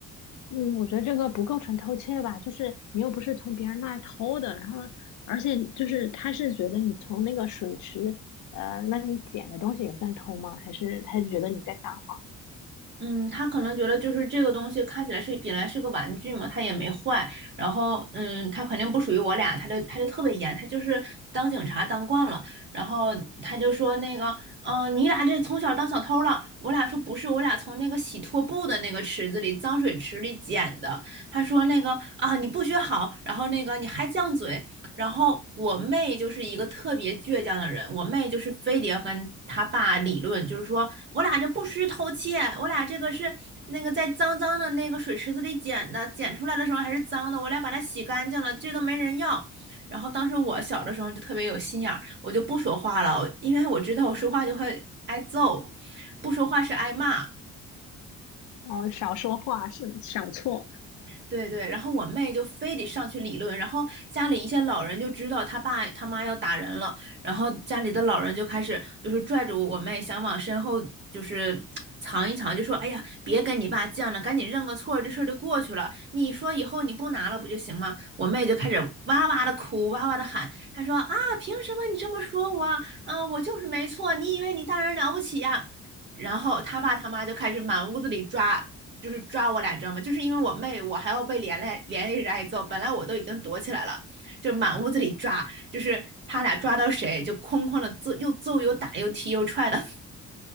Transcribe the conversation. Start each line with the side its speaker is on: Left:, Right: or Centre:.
Left: 嗯，我觉得这个不构成偷窃吧，就是你又不是从别人那儿偷的，然后而且就是他是觉得你从那个水池，呃，那你捡的东西也算偷吗？还是他觉得你在撒谎？
Right: 嗯，他可能觉得就是这个东西看起来是本来是个玩具嘛，它也没坏，然后嗯，他肯定不属于我俩，他就他就特别严，他就是当警察当惯了，然后他就说那个，嗯、你俩这从小当小偷了，我俩说不是，我俩从那个洗拖布的那个池子里脏水池里捡的，他说那个啊你不学好，然后那个你还犟嘴，然后我妹就是一个特别倔强的人，我妹就是非得要跟她爸理论，就是说我俩这不是偷窃，我俩这个是那个在脏脏的那个水池子里捡的，捡出来的时候还是脏的，我俩把它洗干净了，这都没人要。然后当时我小的时候就特别有心眼儿，我就不说话了，因为我知道我说话就会挨揍，不说话是挨骂。
Left: 哦，少说话是少错。
Right: 对对，然后我妹就非得上去理论，然后家里一些老人就知道他爸他妈要打人了，然后家里的老人就开始就是拽着我妹想往身后就是藏一藏，就说：“哎呀，别跟你爸犟了，赶紧认个错，这事儿就过去了。你说以后你不拿了不就行吗？”我妹就开始哇哇的哭，哇哇的喊，她说：“啊，凭什么你这么说我啊？啊，我就是没错，你以为你大人了不起呀？”然后他爸他妈就开始满屋子里抓，就是抓我俩，你知道吗？就是因为我妹，我还要被连累连累着挨揍。本来我都已经躲起来了，就满屋子里抓，就是他俩抓到谁就哐哐的揍，又揍又打又踢又踹的。<laughs>